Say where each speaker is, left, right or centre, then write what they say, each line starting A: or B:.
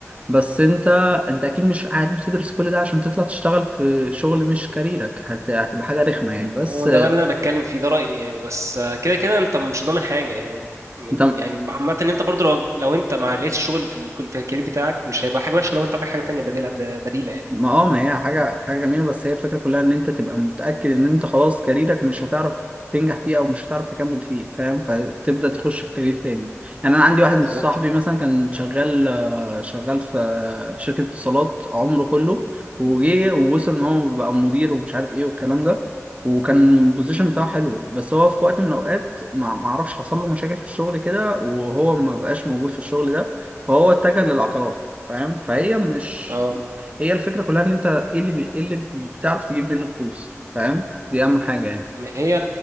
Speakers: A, on the right; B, on the right.
A: بس انت انت اكيد مش قاعد بتدرس كل ده عشان تطلع تشتغل في شغل مش كاريرك هت... هتبقى حاجه رخمه يعني بس
B: هو ده بقى اللي انا بتكلم فيه ده رايي يعني بس آه، كده كده انت مش ضامن حاجه يعني من-
A: انت
B: يعني عامه ان انت برضو لو لو انت ما لقيتش شغل في ال- في الكارير بتاعك مش هيبقى حاجه وحشه لو انت عندك حاجه تانية بديله ب- بديله يعني
A: ما اه ما هي حاجة حاجة جميلة بس هي الفكرة كلها ان انت تبقى متأكد ان انت خلاص كاريرك مش هتعرف تنجح فيه او مش هتعرف تكمل فيه فاهم فتبدأ تخش في كارير تاني يعني انا عندي واحد
B: بالظبط
A: من صاحبي مثلا كان شغال آه، شغال في آه، في شركة اتصالات عمره كله وجه ووصل ان هو بقى مدير ومش عارف ايه والكلام ده وكان البوزيشن بتاعه حلو بس هو في وقت من الاوقات ما ما اعرفش حصل له مشاكل في الشغل كده وهو ما بقاش موجود في الشغل ده فهو اتجه للعقارات فاهم فهي مش
B: اه
A: هي الفكرة كلها ان انت ايه اللي بي... إيه اللي بتعرف تجيب منه فلوس فاهم دي اهم حاجة يعني
B: ما هي